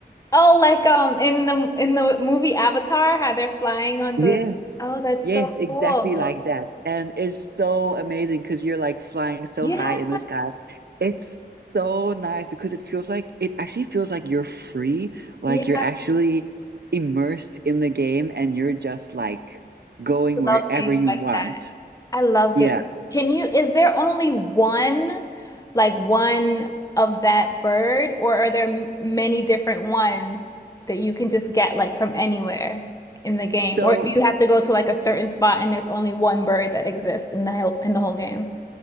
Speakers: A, on the left (about 20°); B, on the right (about 65°).
A: Oh, like um in the in the movie Avatar, how they're flying on
B: Yes.
A: the Oh, that's
B: Yes,
A: so
B: exactly
A: cool.
B: like that. And it's so amazing because you're like flying so
A: Yeah.
B: high in the sky. It's so nice because it feels like it actually feels like you're free, like
A: Yeah,
B: you're actually immersed in the game and you're just like going
A: I love
B: wherever
A: games
B: you
A: like
B: want.
A: that. I love
B: Yeah.
A: game. Can you, is there only one, like one of that bird, or are there m- many different ones that you can just get like from anywhere in the game?
B: So
A: Or do you have to go to like a certain spot and there's only one bird that exists in the whole in the whole game?